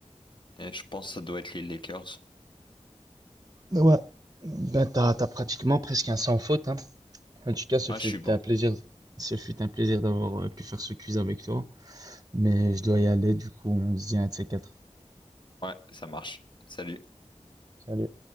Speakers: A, on the left; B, on the right.
A: Euh, je pense que ça doit être les Lakers.
B: Ouais, ben t'as, t'as pratiquement presque un sans faute, hein. En tout cas, ce
A: Ah,
B: fut
A: je suis bon.
B: un plaisir, ce fut un plaisir d'avoir euh, pu faire ce quiz avec toi. Mais je dois y aller, du coup, on se dit un de ces quatre.
A: Ouais, ça marche. Salut.
B: Salut.